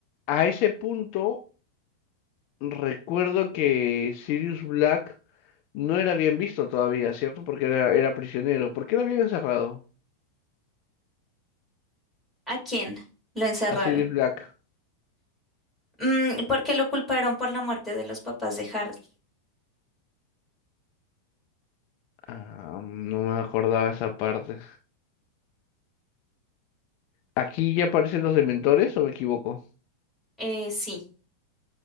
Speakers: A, on the left; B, in the centre.
A: a ese punto recuerdo que Sirius Black no era bien visto todavía, ¿cierto? Porque era, era prisionero. ¿Por qué lo habían encerrado?
B: ¿A quién? Lo encerraron.
A: A Sirius Black.
B: Mm, porque lo culparon por la muerte de los papás de Hardy.
A: Ah, no me acordaba esa parte. Aquí ya aparecen los dementores, ¿o me equivoco?
B: Eh, sí,